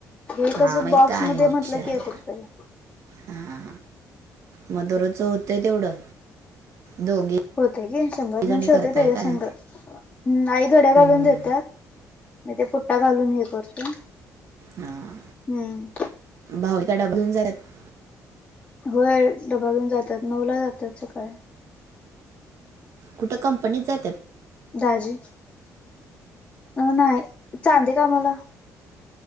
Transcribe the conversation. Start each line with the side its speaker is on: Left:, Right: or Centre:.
Left: एकच
Right: हा मग
Left: बॉक्स
Right: इथं ऐंशी
Left: मध्ये म्हटलं
Right: आहे
Left: कि, एक रुपये ला.
Right: हा, मग दरोचं होतंय तेवढं दोघी
Left: होते की शंभर
Right: जणी
Left: दोनशे
Right: करताय
Left: होते, तेच्या
Right: काय
Left: संग आई घड्या
Right: हम्म.
Left: घालून देत्यात. मी ते पुट्टा घालून हे करतो
Right: हां.
Left: हम्म.
Right: भाऊजी काय डबा घेऊन जातात?
Left: होय डबा घेऊन ग जातात नऊ ला जातात सकाळी.
Right: कुठं कंपनीत जात्यात.
Left: दाजी अ नाही चांदे का मला